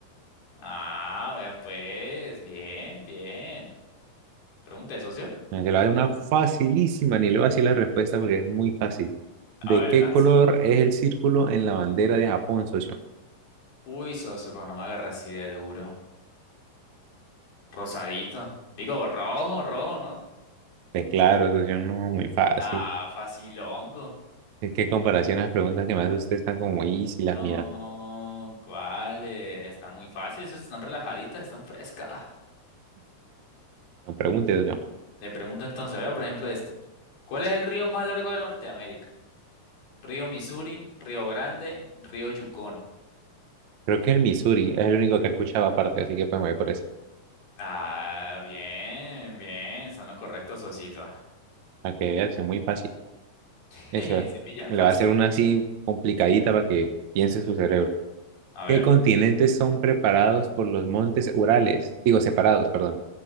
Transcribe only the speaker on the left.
Ah, vea pues, bien, bien. Pregunta de socio.
A
ver,
lánzala.
Uy, socio, pero no me agarra así de duro. Rosadito. Digo, rojo, rojo, ¿no?
Ah, facilongo.
No,
¿cuáles? Están muy fáciles, esas están relajaditas, están frescas.
Le pregunto entonces, vea por ejemplo esto. ¿Cuál es el río más largo de Norteamérica? Río Missouri, Río Grande, Río Yukon.
Ah, bien, bien, son lo correcto, socito.
<laughs>
Si pilla,
fácil.
A ver,